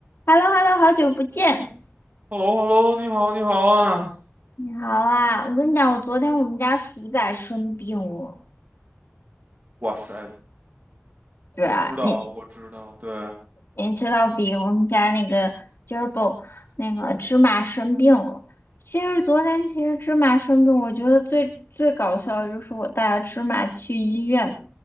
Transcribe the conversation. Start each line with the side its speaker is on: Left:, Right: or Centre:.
Left: h e l l o h e l l o 好久不见，
Right: h e l l o h e l l o 你好，你好啊！
Left: 你好啊！我跟你讲，我昨天我们家鼠仔生病了。
Right: 哇塞，
Left: 对啊，
Right: 我知道，
Left: 你
Right: 我知道，对，
Left: 你知道比我们家那个 g e r b i 那个芝麻生病了。其实昨天其实芝麻生病，我觉得最最搞笑的就是我带着芝麻去医院，